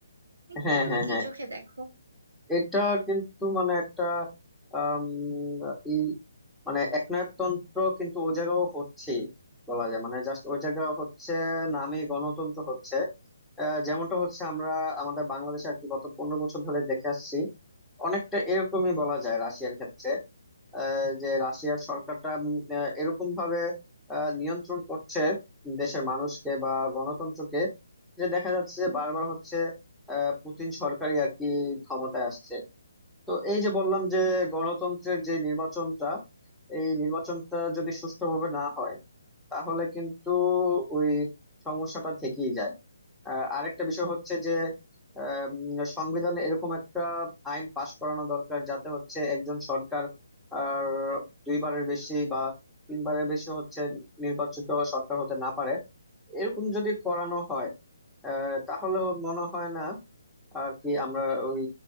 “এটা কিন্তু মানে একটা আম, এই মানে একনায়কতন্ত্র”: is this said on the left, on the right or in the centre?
Centre